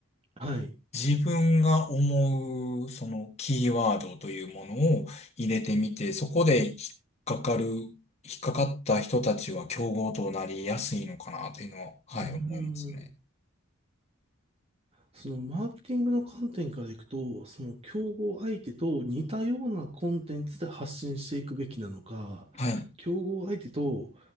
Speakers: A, on the right (about 25°); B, on the left (about 30°).
A: はい。
B: 自分が思う、そのキーワードというものを入れてみて、そこで引っかかる、引っかかった人たちは競合となりやすいのかなというのは、
A: うー
B: はい、思いますね。
A: ん。その、マーケティングの観点からいくと、その、競合相手と似たようなコンテンツで発信していくべきなのか、
B: はい。
A: 競合相手と